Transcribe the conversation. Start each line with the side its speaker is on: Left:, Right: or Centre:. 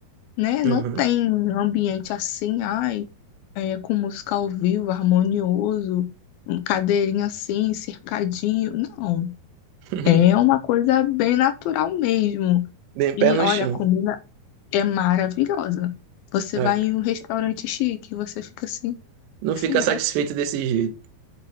Left: né? Não
Right: Uhum.
Left: tem um ambiente assim, ai, é, com música ao vivo, harmonioso, um cadeirinha assim, cercadinho. Não,
Right: <laughs>
Left: é uma coisa bem natural mesmo.
Right: Bem pé
Left: E
Right: no
Left: olha,
Right: chão.
Left: a comida é maravilhosa. Você
Right: Ah,
Left: vai em um restaurante chique, você fica assim,
Right: Não
Left: que
Right: fica
Left: sem graça.
Right: satisfeito desse jeito.